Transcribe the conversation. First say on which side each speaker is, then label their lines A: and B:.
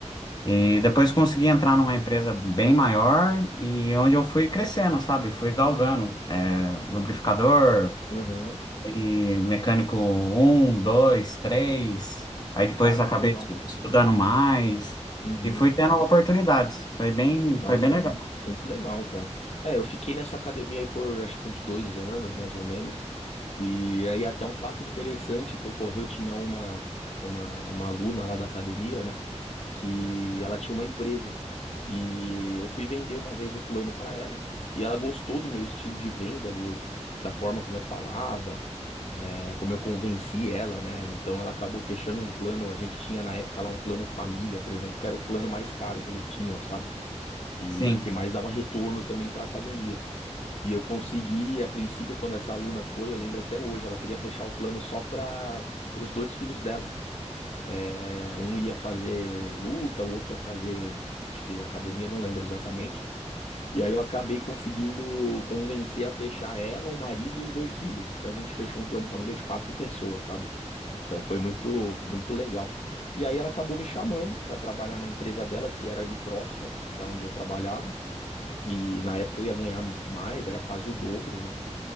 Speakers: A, on the left; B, on the left.
A: E depois consegui entrar numa empresa bem maior e onde eu fui crescendo, sabe? Fui galgando, é, lubrificador
B: aham.
A: e mecânico um dois três Aí depois
B: Cara,
A: acabei
B: que legal.
A: estu- estudando mais
B: Uhum.
A: e fui tendo oportunidades. Foi bem,
B: Nossa,
A: foi bem legal.
B: muito, muito legal, cara. É, eu fiquei nessa academia aí por acho que uns dois anos, mais ou menos. E aí até um fato interessante que ocorreu, tinha uma, uma, uma aluna lá da academia, né? Que ela tinha uma empresa. E eu fui vender uma vez o plano pra ela. E ela gostou do meu estilo de venda, do, da forma como eu falava, é, como eu convenci ela, né? Então ela acabou fechando um plano. A gente tinha na época lá um plano família, por exemplo, que era o plano mais caro que eles tinham, sabe? E
A: Sim,
B: é o que mais dava retorno também para a academia. E eu consegui, a princípio, quando essa aluna foi, eu lembro até hoje, ela queria fechar o plano só para os dois filhos dela. É, um ia fazer luta, o outro ia fazer, acho que academia, não lembro exatamente. E aí eu acabei conseguindo convencer a fechar ela, o marido e os dois filhos. Então a gente fechou um plano família de quatro pessoas, sabe? Então foi muito, muito legal. E aí ela acabou me chamando para trabalhar na empresa dela, que era ali próximo da onde eu trabalhava. E na época eu ia ganhar mais, era quase o dobro, né?